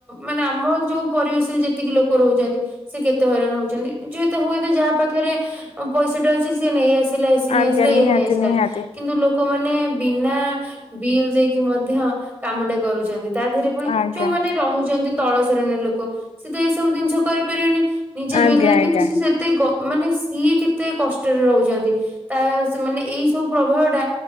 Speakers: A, on the right; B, on the left.
A: ମାନେ ଆମ ଯୋଉ ପରିବେଶରେ ଯେ ଏତିକି ଲୋକ ରହୁଛନ୍ତି ସେ କେତେ ହଇରାଣ ହଉଛନ୍ତି। ଯେଏତ ହୁଏତ ଯାହା ପାଖରେ ପଇସାଟା ଅଛି ସିଏ ନେଇ ଆସିଲା ଏସିି ନେଇ
B: ଆଜ୍ଞା
A: ଆସିଲା
B: ନିହାତି
A: ଇଏ ନେଇ ଆସିଲା।
B: ନିହାତି
A: କିନ୍ତୁ ଲୋକମାନେ ବିନା ବିଲ୍ ଦେଇକି ମଧ୍ୟ କାମଟେ କରୁଛନ୍ତି। ତା ଦେହରେ ପୁଣି
B: ଆଜ୍ଞା।
A: ଯୋଉମାନେ ରହୁଛନ୍ତି ତଳ ଶ୍ରେଣୀର ଲୋକ ସେ ତ ଏଇ ସବୁ ଜିନିଷ କରିପାରିବେନି। ନିଜେ
B: ଆଜ୍ଞା
A: ବିଲରେ
B: ଆଜ୍ଞା।
A: କିନ୍ତୁ ସି ସେତେ ମାନେ ସିଏ କେତେ କଷ୍ଟରେ ରହୁଛନ୍ତି। ତା ମାନେ ଏଇ ସବୁ ପ୍ରବାହଟା